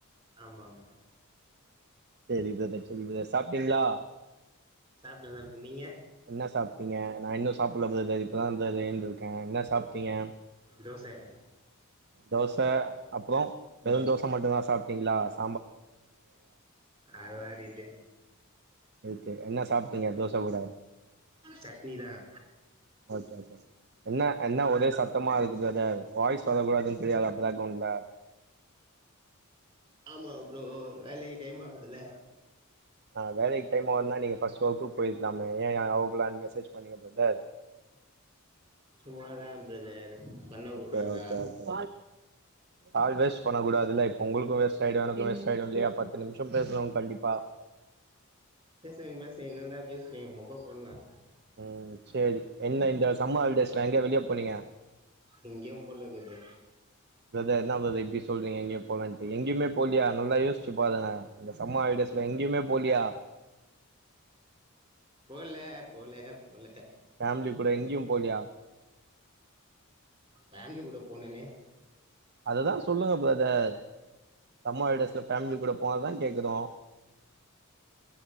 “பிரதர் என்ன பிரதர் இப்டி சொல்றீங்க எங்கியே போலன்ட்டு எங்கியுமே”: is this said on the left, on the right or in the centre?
Right